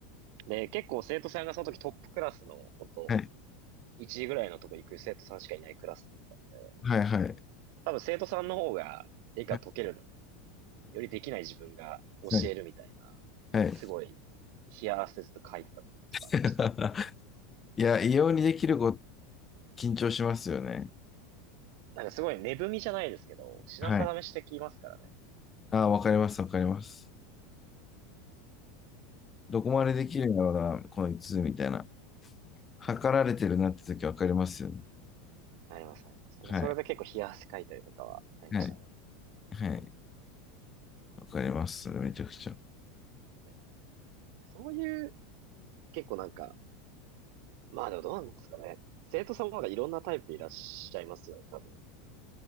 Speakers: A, on the right (about 60°); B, on the left (about 25°).
A: で、結構生徒さんがその時トップクラスの、本当
B: はい、
A: 1時ぐらいのとこ行く生徒さんしかいないクラスだったんで、
B: はい、はい、
A: 多分生徒さんの方が理科解けるのに、
B: はい、
A: よりできない自分が教えるみたいな、
B: はい、はい。
A: すごい、冷や汗ずっと書いてた時とかありましたね。
B: <laughs> いや、異様にできる子、緊張しますよね。
A: なんかすごい根踏みじゃないですけど、品定めしてきますからね。
B: はい。あ、わかります、わかります。どこまでできるんだろうな、こいつ、みたいな。測られてるなって時わかりますよね。
A: ありますあります。だからそれで結構冷や汗かいたりとかはありましたね。
B: はい、はい、はい。わかります。それめちゃくちゃ。
A: ねそういう、結構なんか、まあでもどうなんですかね。生徒さんもなんかいろんなタイプいらっしゃいますよね、多分。